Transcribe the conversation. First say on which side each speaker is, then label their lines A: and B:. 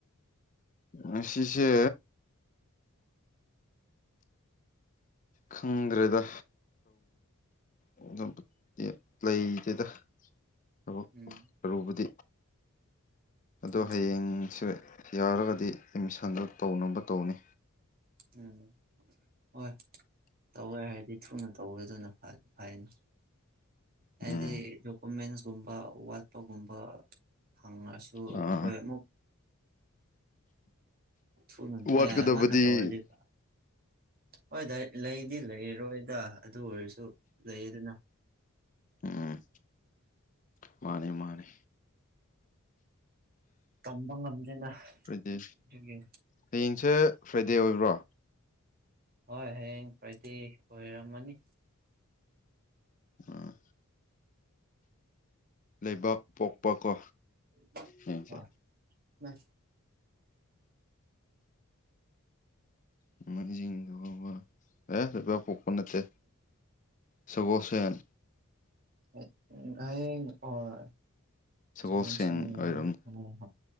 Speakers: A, on the left; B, on the right.
A: ꯉꯁꯤꯁꯦ ꯈꯪꯗ꯭ꯔꯦꯗ ꯑꯗꯨ ꯂꯩꯇꯦꯗ ꯊꯕꯛ
B: ꯎꯝ
A: ꯑꯔꯨꯕꯗꯤ ꯑꯗꯣ
B: ꯎꯝ
A: ꯍꯌꯦꯡꯁꯦ ꯌꯥꯔꯒꯗꯤ ꯑꯦꯠꯃꯤꯁꯟꯗꯣ ꯇꯧꯅꯕ ꯇꯧꯅꯤ
B: ꯎꯝ ꯍꯣꯏ ꯇꯧꯒ꯭ꯔꯦ ꯍꯥꯏꯔꯗꯤ ꯊꯨꯅ ꯇꯧꯕꯗꯨꯅ ꯐꯅꯤ ꯐꯩꯅ ꯍꯥꯏꯗꯤ
A: ꯎꯝ
B: ꯗꯣꯀꯨꯃꯦꯟꯁꯀꯨꯝꯕ ꯋꯥꯠꯄꯒꯨꯝꯕ ꯍꯪꯉꯁꯨ ꯑꯩꯈꯣꯏ
A: ꯑꯥ
B: ꯑꯃꯨꯛ ꯊꯨꯅ
A: ꯋꯥꯠꯀꯗꯕꯗꯤ
B: ꯑꯦ ꯉꯟꯅ ꯇꯧꯔꯗꯤꯕ ꯍꯣꯏ ꯗꯥ ꯂꯩꯗꯤ ꯂꯩꯔꯣꯏꯗ ꯑꯗꯨ ꯑꯣꯏꯔꯁꯨ ꯂꯩ ꯑꯗꯅ
A: ꯎꯝ ꯃꯥꯅꯦ ꯃꯥꯅꯦ
B: ꯇꯝꯕ ꯉꯝꯗꯦꯅ
A: ꯐ꯭ꯔꯥꯏꯗꯦ
B: ꯑꯗꯨꯒꯤ
A: ꯍꯌꯦꯡꯁꯦ ꯐ꯭ꯔꯥꯏꯗꯦ ꯑꯣꯏꯕ꯭ꯔꯣ
B: ꯍꯣꯏ ꯍꯌꯦꯡ ꯐ꯭ꯔꯥꯏꯗꯦ ꯑꯣꯏꯔꯝꯃꯅꯤ
A: ꯑꯥ ꯂꯩꯕꯥꯛ ꯄꯣꯛꯄ ꯀꯣ
B: <unintelligible>
A: ꯍꯌꯦꯡꯁꯦ ꯅꯣꯃꯥꯏꯖꯤꯡ ꯂꯩꯕꯥꯛꯄꯣꯛꯄ ꯑꯦ ꯂꯩꯕꯥꯛꯄꯣꯛꯄ ꯅꯠꯇꯦ ꯁꯒꯣꯜꯁꯦꯟ
B: <unintelligible>
A: ꯁꯒꯣꯜꯁꯦꯟ ꯑꯣꯏꯔꯝꯅꯤ